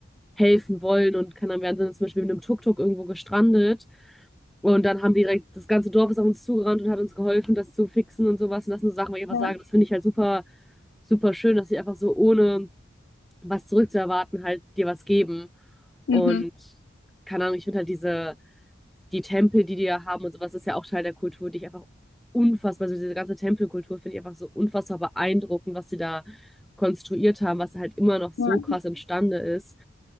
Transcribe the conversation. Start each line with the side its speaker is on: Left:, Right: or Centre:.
Centre: helfen wollen und kann dann werden sie zum Beispiel mit einem Tuk-Tuk irgendwo gestrandet. Und dann haben die direkt, das ganze Dorf ist auf uns zugerannt und hat uns geholfen, das zu fixen und sowas. Und das sind so Sachen, wo ich einfach
Left: Ja.
Centre: sage, das finde ich halt super, super schön, dass sie einfach so ohne was zurückzuerwarten halt dir was geben.
Left: Mhm.
Centre: Und keine Ahnung, ich finde halt diese die Tempel, die die ja haben und sowas, ist ja auch Teil der Kultur, die ich einfach unfassbar, also diese ganze Tempelkultur finde ich einfach so unfassbar beeindruckend, was sie da konstruiert haben, was halt immer noch so
Left: Ja.
Centre: krass imstande ist.